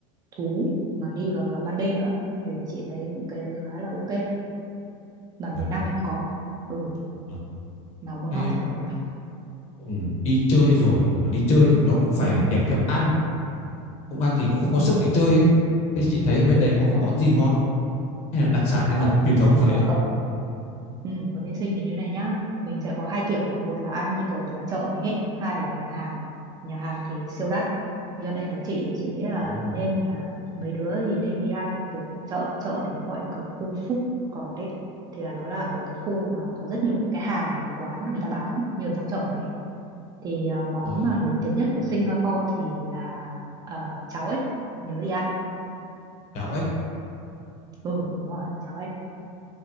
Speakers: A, on the right; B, on the left.
A: thú mà đi vào vào ban đêm nữa thì chị thấy cái đấy khá là ok mà
B: Vâng,
A: ở Việt Nam mình không có ừ
B: vâng.
A: nào muốn
B: Thế,
A: hỏi gì nữa không nào
B: ừm, đi chơi rồi, đi chơi thì nó cũng phải
A: ừ
B: kèm theo ăn. không ăn thì cũng không có
A: ừ
B: sức để chơi ấy. Thế chị thấy ở bên
A: ừ
B: đấy
A: đúng
B: có cái
A: rồi
B: món gì ngon không? Hay là đặc sản hay
A: Ờ,
B: là truyền thống gì
A: ờ,
B: đấy không?
A: ờ, Ừ, ở bên Sinh thì như này nhá mình sẽ có hai kiểu một là ăn như kiểu ở ngoài chợ mình ấy hai là ở nhà hàng nhà hàng thì siêu đắt Thế cho nên là chị chị nghĩ là
B: Ờ,
A: nên là mấy đứa thì nên đi ăn ở kiểu chợ chợ thì nó gọi như kiểu khu food court ấy thì là nó là một cái khu mà có rất nhiều các cái hàng quán người ta bán như ở trong chợ mình ấy thì ờ, món
B: À,
A: mà nổi tiếng nhất của Singapore thì là ờ, cháo ếch nhớ đi ăn
B: cháo ếch
A: ừ đúng rồi cháo ếch